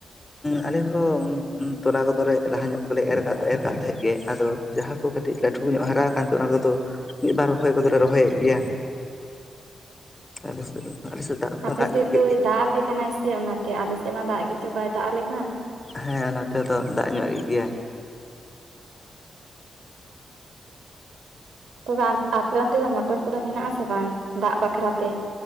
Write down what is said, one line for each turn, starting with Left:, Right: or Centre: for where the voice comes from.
Left: ᱟᱞᱮ ᱦᱚᱸ ᱛᱚᱞᱟ ᱠᱚᱫᱚᱞᱮ ᱞᱟᱦᱟ ᱧᱚᱜ ᱠᱚᱞᱮ ᱮᱨᱫᱚ ᱮᱨ ᱠᱟᱫ ᱛᱟᱦᱮᱸᱜ ᱜᱮ ᱟᱫᱚ ᱡᱟᱦᱟᱸ ᱠᱚ ᱠᱟᱹᱴᱤᱡ ᱞᱟᱹᱴᱩ ᱠᱚ ᱧᱚᱜ ᱦᱟᱨᱟ ᱟᱠᱛᱮ ᱚᱱᱟ ᱠᱚᱫᱚ ᱢᱤᱫᱵᱟᱨ ᱨᱚᱦᱚᱭ ᱠᱚᱫᱚᱞᱮ ᱨᱚᱦᱚᱭᱮᱫ ᱜᱮᱭᱟ᱾ ᱟ <unintelligible> ᱟᱞᱮᱥᱮᱫ ᱫᱟᱜ ᱦᱚᱸ
Right: ᱟᱯᱮ
Left: ᱫᱟᱜ
Right: ᱥᱮᱫ
Left: ᱧᱚᱜ ᱠᱮᱫ
Right: ᱫᱚᱭ
Left: ᱜᱮᱭᱟ
Right: ᱫᱟᱜ ᱟᱯᱮ ᱠᱟᱱᱟᱭ ᱥᱮ ᱚᱱᱟᱛᱮ ᱟᱞᱮᱥᱮᱫ ᱢᱟ ᱫᱟᱜ ᱜᱮ ᱪᱚ ᱵᱟᱭ ᱫᱟᱜ ᱟᱞᱮ ᱠᱟᱱ
Left: ᱦᱮᱸ ᱱᱚ ᱛᱮ ᱫᱚ ᱫᱟᱜ ᱧᱚᱜ ᱮ ᱜᱮᱭᱟᱭ
Right: ᱛᱚᱵᱮ ᱟᱯᱮ ᱚᱱᱛᱮ ᱫᱚ ᱢᱚᱴᱚᱨ ᱠᱚᱫᱚ ᱢᱮᱱᱟᱜ ᱟᱥᱮ ᱵᱟᱝ᱾ ᱫᱟᱜ ᱵᱟᱠᱷᱨᱟ ᱛᱮ